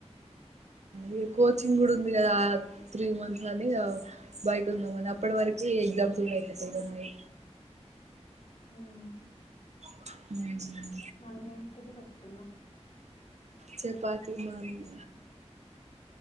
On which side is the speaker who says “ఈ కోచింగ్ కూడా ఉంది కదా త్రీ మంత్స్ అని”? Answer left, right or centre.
Right